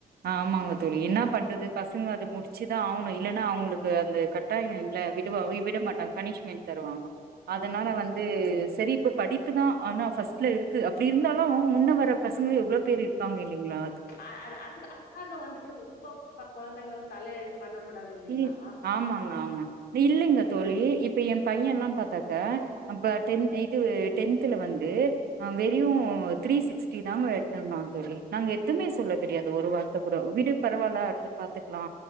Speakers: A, on the right (about 80°); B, on the left (about 80°).
A: அ ஆமாங்க தோழி என்ன பண்றது பசங்க அது முடிச்சுதா ஆவுணோ இல்லன்னா அவங்ளுக்கு அந்த கட்டாயோ இல்ல விடுவா விட மாட்டாங்க பனிஷ்மென்ட் தருவாங்கோ அதனால
B: ம்
A: வந்து செரி இப்ப படிப்புதா ஆனா ஃபர்ஸ்ட்ல இருக்கு அப்டி இருந்தாலும் முன்ன வர பசங்ளோ எவ்ளோ பேரு இருப்பாங்க இல்லிங்ளா
B: அ அது அ அக்காக்கு வந்துட்டு ரொம்பவு கொழந்தைங்கள வந் தலைய இது பண்ண கூடாது இல்லிங்ளா
A: இல் ஆமாங்க ஆமா நீ இல்லைங்க தோழி இப்ப எ பையன்லா பாத்தாக்கா நம்ப
B: ம்
A: டென் இதுவு டென்த்துல வந்து அ வெறியும்
B: ம்
A: த்ரீ சிக்ஸ்டி தாங்க எடுத்துர்ந்தா தோழி நாங்க எதுமே சொல்ல
B: ம்
A: கெடயாது ஒரு வார்த்த கூட விடு பரவால்ல அடுத்து பாத்துக்கலா